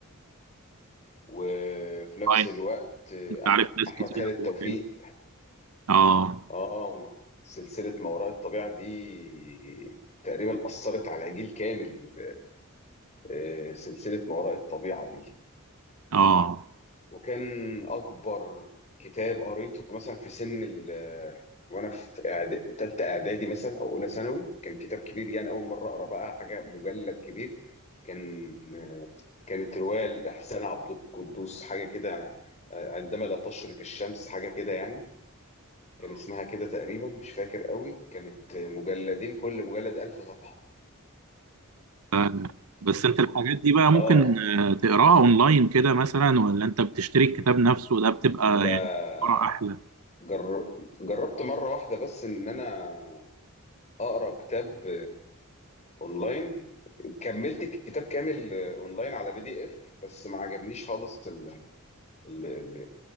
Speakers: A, on the left; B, on the right.
A: وفي نفس
B: آه،
A: الوقت آه،
B: أنت عارف ناس
A: احمد
B: كتير
A: خالد
B: أوي
A: توفيق
B: حلوة آه
A: اه سلسله ما وراء الطبيعه دي تقريبا اثرت على جيل كامل آه، آه، سلسله ما وراء الطبيعه دي
B: آه
A: وكان اكبر كتاب قريته مثلا في سن ال وانا في إعد- تالتة اعدادي مثلا او اولى ثانوي كان كتاب كبير يعني اول مره اقرا بقى حاجه مجلد كبير كان كانت روايه لاحسان عبد القدوس حاجه كده آه، عندما لا تشرق الشمس حاجه كده يعني كان اسمها كده تقريبا مش فاكر قوي كانت مجلدين كل مجلد ألف صفحه
B: آه بس انت الحاجات دي بقى
A: اه
B: ممكن آه، تقراها اونلاين كده مثلا ولا انت بتشتري الكتاب نفسه ده بتبقى
A: لا
B: يعني قراءة احلى
A: جر... جربت مره واحده بس ان انا اقرا كتاب اونلاين كملت الكتاب كامل آه، اونلاين على بي دي اف بس ما عجبنيش خالص ال ال ال